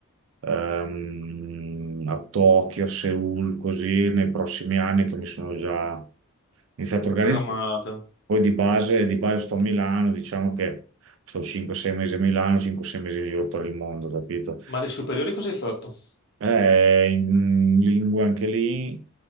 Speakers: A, on the right; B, on the left.
A: ehm, a Tokyo, a Seoul, così nei prossimi anni che mi sono già iniziato a organizzare.
B: programmate.
A: Poi di base, di base sto a Milano, diciamo che sto 5-6 mesi a Milano, 5-6 mesi in giro per il mondo, capito?
B: Ma le superiori cosa hai fatto?
A: Eh, in lingue anche lì,